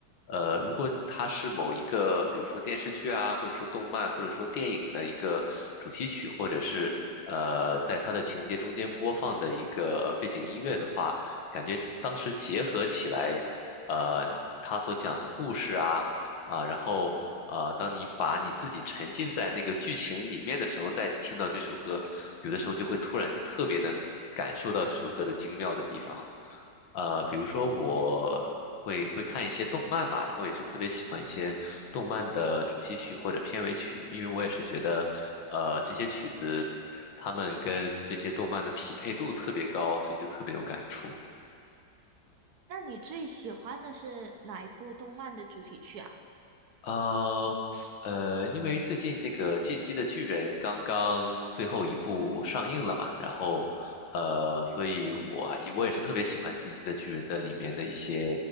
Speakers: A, on the left (about 85°); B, on the right (about 65°).
A: 呃，如果它是某一个，比如说电视剧啊，或者说动漫，或者说电影的一个主题曲，或者是呃在它的情节中间播放的一个背景音乐的话，感觉当时结合起来，呃，他所讲的故事啊。啊，然后呃，当你把你自己沉浸在那个剧情里面的时候，再听到这首歌，有的时候就会突然特别能感受到这首歌的精妙的地方。呃，比如说我会会看一些动漫嘛，然后也是特别喜欢一些动漫的主题曲或者片尾曲，因为我也是觉得，呃，这些曲子它们跟这些动漫的匹配度特别高，所以就特别有感触。
B: 那你最喜欢的是哪一部动漫的主题曲啊？
A: 呃，呃，因为最近那个《进击的巨人》刚刚最后一部上映了嘛，然后，呃，所以我我也是特别喜欢《进击的巨人》的里面的一些